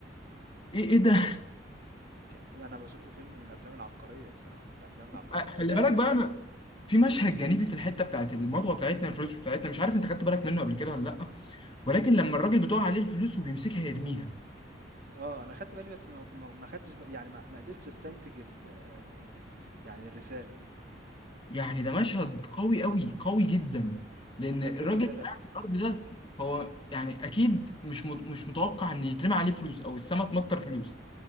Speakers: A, on the left (about 30°); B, on the right (about 55°).
A: ايه ايه ده
B: ك أنا باشوفه فيلم من الأفلام العبقرية بصراحة، من الأفلام العبقرية،
A: آه، خلي
B: أداء
A: بالك بقى انا في مشهد جانبي في الحته بتاعت المطوه بتاعتنا الفلوس مش بتاعتنا مش عارف انت خدت بالك منه قبل كده ولا لا ولكن لما الراجل بتقع عليه الفلوس وبيمسكها يرميها
B: آه، أنا خدت بالي بس ما ما ما خدتش ب يعني ما ما قدرتش أستنتج ال آآ، آآ، يعني الرسالة،
A: يعني ده مشهد قوي قوي قوي جدا لان
B: طَب
A: الراجل
B: إيه الرسالة؟
A: اللي قاعد في الارض ده هو يعني اكيد مش مت- مش متوقع ان يترمي عليه فلوس او السما تمطر فلوس